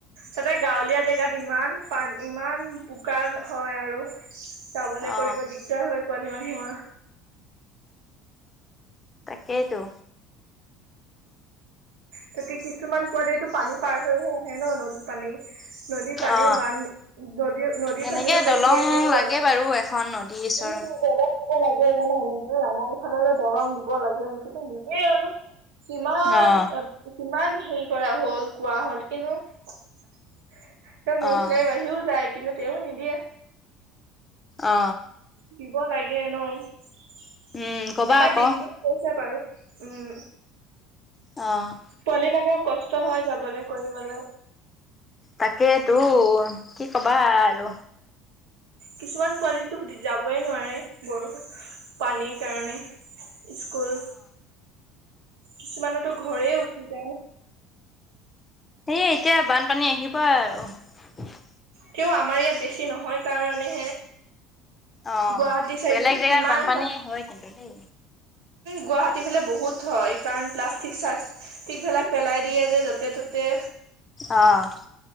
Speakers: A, on the right (about 80°); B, on the left (about 25°).
A: তাতে গাঁৱলীয়া জেগাত ইমান পান ইমান বোকা হয়, আৰু চাবলে
B: অ
A: কৰিব দিগদাৰ হয়। পোৱালি মানুহোৱা
B: তাকেইতো
A: তাতিতে কিছুমান পোৱালিটো পানী পাৰ হৈহে আহে ন নদীত পানী নদীৰ পানীও
B: অ
A: বান নদ নদীৰ
B: তেনেকে
A: পানীও বেছি
B: দলং
A: আহে
B: লাগে
A: পোৱালি
B: বাৰু এখন নদীৰ ওচৰত
A: উল লে <unintelligible> জানে নিজে আমাৰ ইফালে যে দৰং দিব লাগে কিন্তু নিজে আৰু কিমান
B: অ
A: কিমান হেৰি কৰা হল কোৱা হল কিন্তু তেওঁ নিউজ
B: অ
A: লাই আহিও যায় কিন্তু তেওঁনিদিয়ে
B: অ
A: দিব লাগে ন
B: উম কবা
A: এবাৰ
B: আকৌ
A: দিম বুলি কৈছে বাৰু উম
B: অ
A: পোৱালি মানুহৰ কষ্ট হয় যাবলৈ কৰিবলৈ
B: তাকেই তো কি কবা আৰু
A: কিছুমান পোৱালিটো যাবই নোৱাৰে বৰষুণ পানীৰ কাৰণে স্কুল কিছুমানতো ঘৰে উতি যায়
B: সেয় এতিয়া বানপানী আহিব ওপাৰ
A: কও আমাৰ ইয়াত বেছি নহয় কাৰণেহে
B: অ
A: গুৱাহাটী চাইডতো
B: বেলেগ জেগাত
A: কিমান
B: বানপানী হয় কিন্তু সেই
A: গুৱাহাটী ফালে বহুত হয় কাৰণ প্লাষ্টিক চাচটিক বিলাক পেলাই দিয়ে য'তে ততে
B: অঁ